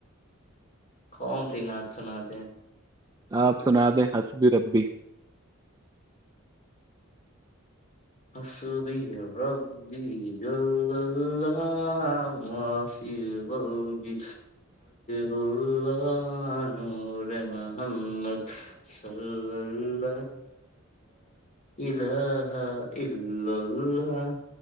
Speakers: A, on the left (about 35°); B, on the right (about 15°).
A: کون ت ند سوں نہد ہے
B: آپ سنا دیں ہسب ربی <inaudible>
A: ہسور ردی گ گلہ معفی بل گی وہ <unintelligible> آانوور محمد س ل الاح اللہ